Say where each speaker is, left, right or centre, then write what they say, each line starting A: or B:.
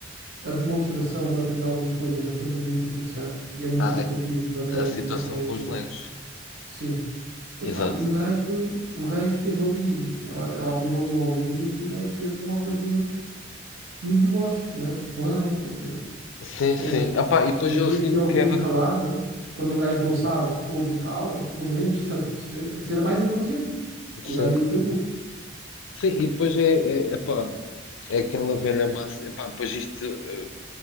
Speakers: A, on the right; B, on the left.
A: a demonstração o material das coisas é sempre muito interessante e é muito
B: a,
A: educativo
B: a,
A: para quem,
B: a situação
A: para quem,
B: com os legos.
A: sim. Epá,
B: Exato.
A: e o gajo, o gajo esteve ali, ela, ela esteve ali um ou dois minutos e o gajo esteve um ou dois minutos no deboche, né, com ela, quer dizer.
B: Sim, sim.
A: Eh,
B: Ah, pá, e depois
A: em
B: eu
A: vez
B: sinto
A: de ouvir
B: que era,
A: e calar, né? Quando um gajo não sabe, ouve e cala, pelo menos, <laughs> estás a perceber? É Ser mais inteligente.
B: sim,
A: E o gajo aí foi burro,
B: sim, e depois é, é, epá, é aquela velha massa, epá, depois isto, eh,